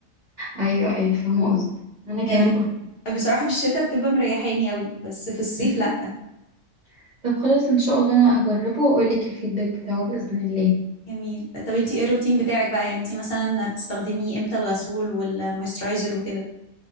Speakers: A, on the right (about 45°); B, on the left (about 50°).
A: ايوه ايوه فاهمه قصدك انا كمان
B: يعني
A: بقى
B: بصراحة في الشتاء بتبقى مريحاني قوي بس في الصيف
A: <laughs>
B: لا
A: طب خلاص ان شاء الله انا هجربه واقول لك الفيدباك بتاعه باذن الله
B: جميل طب انتي ايه الروتين بتاعك بقى يعني انتي مثلا بتستخدمي امتى الغسول والمويسترايزر وكده